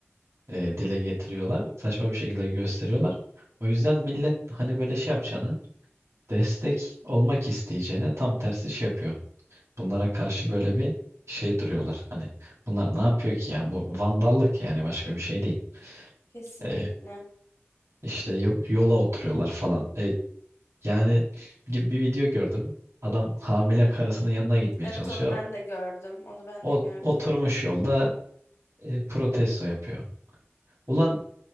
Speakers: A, on the right (about 85°); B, on the left (about 85°).
A: e, dile getiriyorlar. Saçma bir şekilde gösteriyorlar. O yüzden millet hani böyle şey yapacağını, destek olmak isteyeceğine tam tersi şey yapıyor. Bunlara karşı böyle bir şey duruyorlar. Hani bunlar ne yapıyor ki ya? Bu vandallık yani başka bir şey değil.
B: kesinlikle.
A: E, İşte yo- yola oturuyorlar falan. E, yani gibi bir video gördüm. Adam hamile karısının yanına gitmeye
B: Evet
A: çalışıyor.
B: onu ben de gördüm. Onu ben
A: O
B: de gördüm.
A: oturmuş yolda e, protesto yapıyor. Ulan